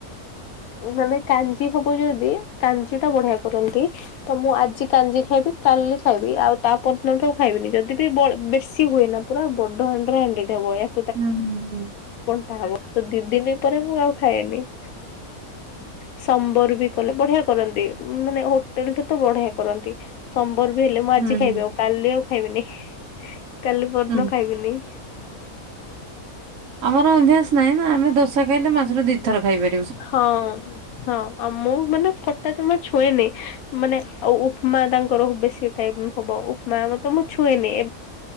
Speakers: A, on the left (about 75°); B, on the right (about 65°).
A: ମୁଁ ମାନେ କାଞ୍ଜି ହବ ଯଦି କାଞ୍ଜି ଟା ବଢିଆ କରନ୍ତି। ତ ମୁଁ ଆଜି କାଞ୍ଜି ଖାଇବି କାଲି ଖାଇବି ଆଉ ତା ପର୍ଯ୍ୟନ୍ତ ଦିନ ଠୁ ଆଉ ଖାଇବିନି ଯଦି ବି ବ ବେଶୀ ହୁଏ ନା ପୁରା ବଡ ହାଡିରେ ହଣ୍ଡିଟା ହବ ବା।
B: ହୁଁ ହୁଁ ହୁଁ।
A: କଣଟା ହବ ତ ଦି ଦିନ ପରେ ମୁଁ ଆଉ ଖାଏନି। ସମ୍ବର ବି କଲେ ବଢିଆ କରନ୍ତି ମାନେ ହୋଟେଲଠୁ ତ ବଢିଆ କରନ୍ତି। ସମ୍ବର ବି ହେଲେ ମୁଁ ଆଜି
B: ହୁଁ ହୁଁ
A: ଖାଇବି। ଆଉ କାଲି ଆଉ ଖାଇବନି କାଲି ପହର
B: ହୁଁ।
A: ଦିନ ଆଉ ଖାଇବିନି।
B: ଆମର ଅଭ୍ୟାସ ନାହିଁ ନା। ଆମେ ଦଶା ଖାଇଲେ ମାସରେ ଦିଥର ଖାଇପାର
A: ହଁ ହଁ। ଆଉ ମୁଁ ମାନେ ଖଟା ଜମା ଛୁଏଁନି, ମାନେ ଆଉ ଉ - ଉପମା ତାଙ୍କର ବେଶୀ ଟାଇମ୍ ହବ। ଉପମା ମତେ ମୁଁ ଛୁଏନି। ଏ